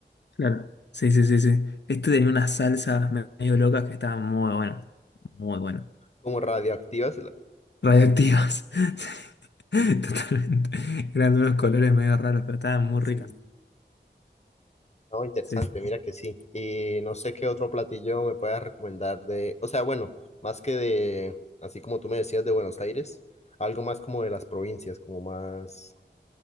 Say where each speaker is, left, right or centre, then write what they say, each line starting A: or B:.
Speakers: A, on the left; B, on the left.
A: Claro. Sí, sí, sí, sí. Este tenía unas salsas medio locas que estaban muy buenas. Muy buenas.
B: como radioactivas.
A: Radioactivas. <laughs> Sí, Totalmente. Eran unos colores medio raros, pero estaban muy ricas.
B: Sí. No, interesante,
A: Sí, sí.
B: mira que sí. Y no sé qué otro platillo me puedas recomendar de, o sea, bueno, más que de, así como tú me decías, de Buenos Aires, algo más como de las provincias, como más...